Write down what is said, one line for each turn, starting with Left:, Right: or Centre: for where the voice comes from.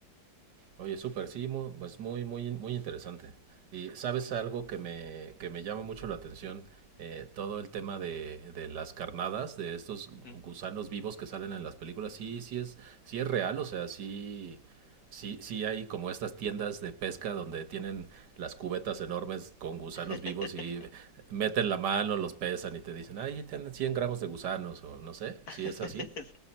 Right: Oye, súper, sí, mu- pues muy, muy, muy interesante. Y sabes algo que me, que me llama mucho la atención, Eh, todo el tema de, de las carnadas, de estos
Left: Ujú.
Right: gusanos vivos que salen en las películas, sí, sí es, sí es real, o sea, sí, sí, sí hay como estas tiendas de pesca donde tienen las cubetas enormes con gusanos
Left: <laughs>
Right: vivos y meten la mano, los pesan y te dicen, ay, tienen 100 gramos de gusanos o no sé,
Left: <laughs>
Right: si es así.